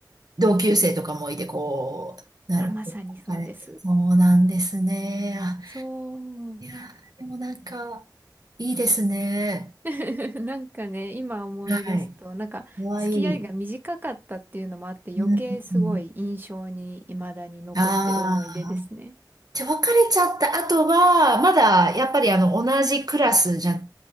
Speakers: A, on the right; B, on the right.
A: 同級生とかもいて、こう、なるほど、
B: あ、まさにそうです。
A: あれって、そうなんですね。あ、
B: そう。
A: いやー、でもなんか、いいですね。
B: <laughs> なんかね、今思い出すと、
A: はい。
B: なんか付き合いが短かったっていうのもあって余計すごい印象に未だに残ってる思い出ですね。
A: かわいい。うん、あじゃあ、別れちゃった後は、まだ、やっぱりあの、同じクラスじゃ、